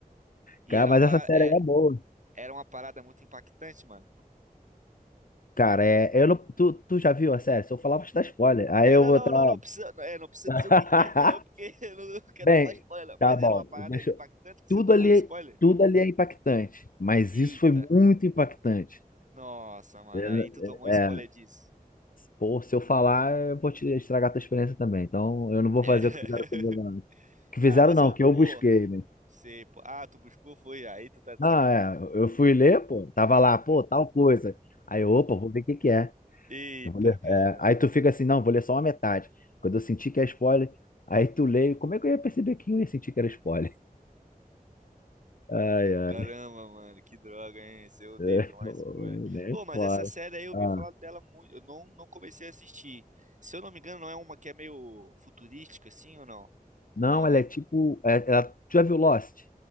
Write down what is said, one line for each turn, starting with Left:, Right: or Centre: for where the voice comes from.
Right: E
Left: Cara,
Right: era
Left: mas
Right: uma parada,
Left: essa série
Right: é-
Left: aí é boa.
Right: era uma parada muito impactante, mano.
Left: Cara, é, eu não, tu, tu já viu a série? Se eu falar, vou te dar spoiler. Aí
Right: Era,
Left: eu vou
Right: não,
Left: estar.
Right: não, não, não precisa, é, não precisa
Left: <laughs>
Right: dizer o que que era, não, porque <laughs> eu não, não quero
Left: Bem,
Right: tomar spoiler. não.
Left: tá
Right: Mas
Left: bom.
Right: era uma parada
Left: Deixa
Right: impactante
Left: eu-
Right: que
Left: Tudo
Right: você tomou
Left: ali,
Right: de spoiler?
Left: tudo ali é impactante, mas
Right: Eita.
Left: isso foi muito impactante.
Right: Nossa, mano,
Left: É.
Right: aí tu tomou um spoiler
Left: é, é.
Right: disso.
Left: Pô, se eu falar, eu vou te estragar a tua experiência também. Então, eu não vou
Right: É.
Left: fazer
Right: <laughs>
Left: o que fizeram comigo. não. Que fizeram
Right: Ah, mas
Left: não,
Right: eu, pô,
Left: que eu busquei, né?
Right: sei, pô. Ah, tu buscou, foi, aí tu tá de
Left: Não,
Right: sacanagem.
Left: é, eu fui ler, pô, tava lá, pô, tal coisa. Aí, eu, opa, vou ver o que que é.
Right: Eita,
Left: Eu vou ler.
Right: cara.
Left: é. Aí tu fica assim, não, vou ler só uma metade. Quando eu senti que é spoiler, aí tu leio. Como é que eu ia perceber que eu ia sentir que era spoiler? <laughs> Ai, ai,
Right: Caramba, mano, que droga, hein? Esse Eu odeio
Left: é,
Right: tomar
Left: <laughs>
Right: spoiler.
Left: nem
Right: Ô, mas
Left: fora.
Right: essa série aí eu ouvi
Left: Ah,
Right: falar dela muito. Eu não, não comecei a assistir. Se eu não me engano, não é uma que é meio futurística, assim ou não?
Left: não,
Right: Não, né?
Left: ela é tipo, é- ela- tu já viu Lost?